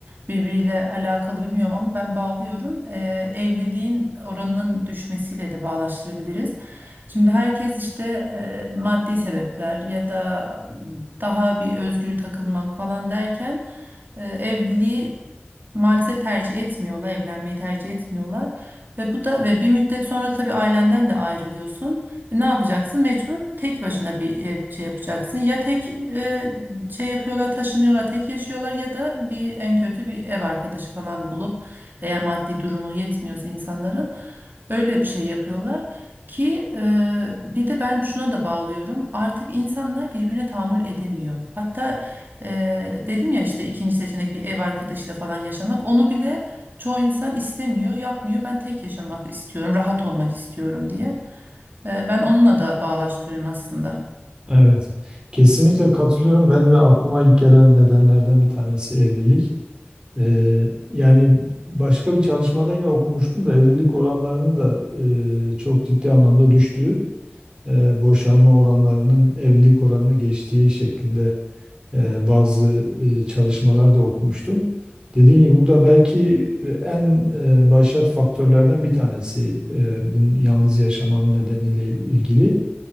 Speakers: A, on the right; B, on the right.
A: birbiriyle alakalı bilmiyorum ama ben bağlıyorum. Ee, evliliğin oranının düşmesiyle de bağlaştırabiliriz. Şimdi herkes işte e, maddi sebepler ya da daha bir özgür takılmak falan derken e, evliliği maalesef tercih etmiyorlar, evlenmeyi tercih etmiyorlar. Ve bu da ve bir müddet sonra tabii ailenden de ayrılıyorsun. E, Ne yapacaksın? Mecbur tek başına bir ev şey yapacaksın. Ya tek e, şey yapıyorlar, taşınıyorlar, tek yaşıyorlar ya da bir en kötü bir ev arkadaşı falan bulup eğer maddi durumu yetmiyorsa insanların öyle bir şey yapıyorlar ki e, bir de ben şuna da bağlıyorum. Artık insanlar birbirine tahammül edemiyor. Hatta e, dedim ya işte ikinci seçenek bir ev arkadaşıyla falan yaşamak. Onu bile çoğu insan istemiyor, yapmıyor. Ben tek yaşamak istiyorum, rahat olmak istiyorum diye. Ee, Ben onunla da bağlaştırıyorum aslında.
B: Evet, kesinlikle katılıyorum. Ben ve aklıma ilk gelen nedenlerden bir tanesi evlilik. Ee, yani başka bir çalışmada yine okumuştum da evlilik oranlarının da e, çok ciddi anlamda düştüğü, e, boşanma oranlarının evlilik oranını geçtiği şeklinde e, bazı e, çalışmalar da okumuştum. Dediğim gibi bu da belki e, en e, başat faktörlerden bir tanesi e, bunun yalnız yaşamanın nedeniyle ilgili